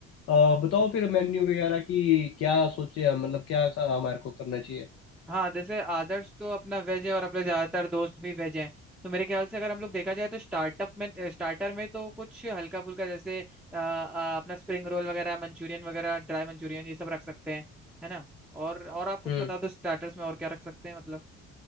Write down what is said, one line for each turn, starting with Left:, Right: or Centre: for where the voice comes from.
Left: अ, बताओ फिर मेन्यू वगैरह की क्या सोचे हम मतलब क्या हमारे को करना चाहिए
Centre: हाँ जैसे आदर्श तो अपना वेज है और अपने ज्यादातर दोस्त भी वेज हैं तो मेरे ख्याल से अगर हम लोग देखा जाए तो स्टार्टअप में स्टार्टर में तो कुछ हल्का फुल्का जैसे अ, अ, अपना स्प्रिंग रोल वगैरह मंचूरियन वगैरह ड्राई मंचूरियन ये सब रख सकते हैं है ना और और आप कुछ
Left: हम्म
Centre: बता दो स्टार्टर्स में और क्या रख सकते हैं मतलब